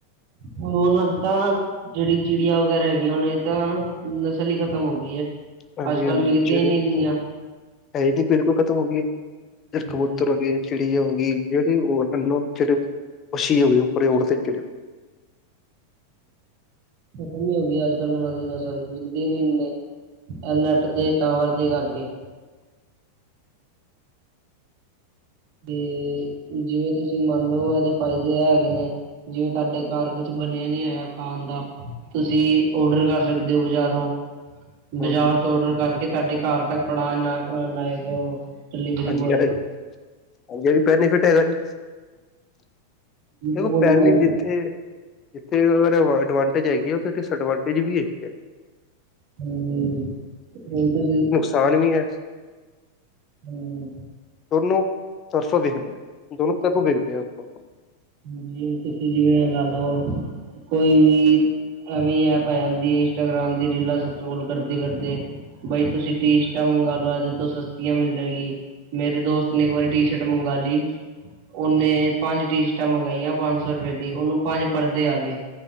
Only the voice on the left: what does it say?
ਹਾਂਜੀ
ਹਾਂਜੀ
ਜਿਹੜੇ
ਹੈ ਈਨੀ ਬਿਲਕੁਲ ਖਤਮ ਹੋ ਗਈ ਏ, ਜਸਟ
ਕਬੂਤਰ ਹੈਗੇ। ਚਿੜੀਯਾ ਹੋਗੀ ਜੇੜੀ ਔ ਜੇੜੇ ਪਸ਼ੀ ਹੋਗੇ, ਉਪਰ ੳਡਦੇ ਜੇੜੇ।
ਹੂੰ
ਹੂੰ,
ਹਾਂਜੀ
ਇਹ ਹਾਂਜੀ, ਬੈਨੀਫਿਟ ਹੈਗਾ ਜੀ ਦੇਖੋ,
ਪੈਨੀ
ਜਿੱਥੇ- ਜਿੱਥੇ ਅਗਰ ਅਡਵਾਂਟੇਜ ਹੈਗੀ, ਔਥੇ ਡਿਸ ਅਡਵਾਂਟੇਜ ਵੀ ਹੈਗੀ ਏ।
ਕਸਾਨ ਵੀ ਐ।
ਦੋਨੋ ਪਰਸੋਂ ਵੇਖਦੈ, ਦੋਨੋ ਤਰਫੋ ਵੇਖਦੇ ਆਂ ਆਪਾਂ।